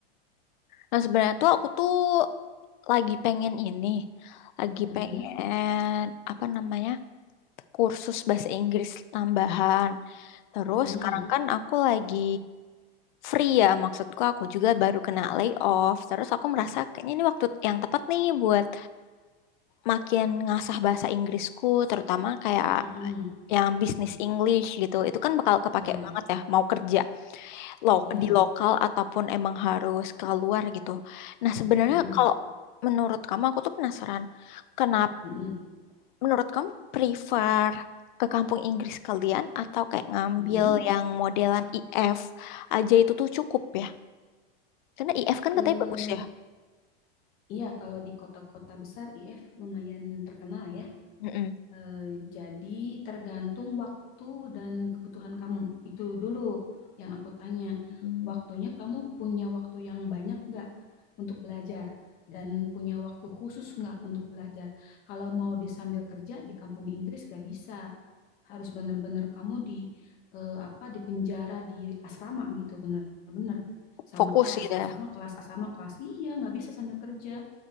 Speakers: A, on the left (about 50°); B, on the left (about 25°).
A: Nah sebenarnya tuh aku tuh lagi pengen ini, lagi
B: Mm-mm,
A: pengen apa namanya kursus bahasa Inggris tambahan. Terus
B: mm-mm,
A: sekarang kan aku lagi free ya, maksudku aku juga baru kena layoff. Terus aku merasa kayaknya ini waktu yang tepat nih buat makin ngasah bahasa Inggrisku, terutama kayak
B: mm-mm.
A: yang bisnis English gitu. Itu kan bakal kepake
B: Ya,
A: banget ya, mau kerja lo
B: iya.
A: di lokal ataupun emang harus keluar gitu. Nah, sebenarnya
B: Mm-mm,
A: kalau menurut kamu aku tuh penasaran, kenapa
B: mm-mm,
A: menurut kamu prefer ke kampung Inggris kalian atau kayak ngambil
B: mm-mm.
A: yang modelan IF aja itu tuh cukup ya? Karena IF kan
B: Eh,
A: katanya bagus ya.
B: iya kalau di kota-kota besar IF lumayan terkenal ya.
A: Mm-mm.
B: Eh, jadi tergantung waktu dan kebutuhan kamu. Itu dulu yang aku tanya.
A: Mm.
B: Waktunya kamu punya waktu yang banyak nggak untuk belajar dan punya waktu khusus nggak untuk belajar. Kalau mau disambil kerja di kampung Inggris nggak bisa. Harus bener-bener kamu di eh, apa di penjara di asrama gitu bener-bener sama
A: Fokus
B: kelas
A: gitu
B: asrama
A: ya.
B: kelas asrama kelas. Iya nggak bisa sambil kerja